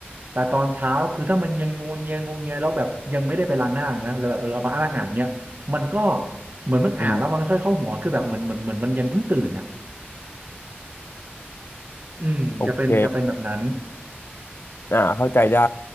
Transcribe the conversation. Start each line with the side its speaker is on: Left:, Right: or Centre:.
Right: แต่ตอนเช้าคือถ้ามันยังงวงเงียงวงเงียแล้วแบบยังไม่ได้ไปล้างหน้าอย่างเงี้ยแล้วแบบเรามาอ่านอ่านเงี้ยมันก็เหมือนมันอ่านแล้วมันไม่ค่อยเข้าหัวคือแบบเหมือนเหมือนเหมือนมันยังเพิ่งตื่นอ่ะ
Left: อืม
Right: อืมจะเป็นจะเป็นแบบนั้น
Left: โอเคอ่าเข้าใจได้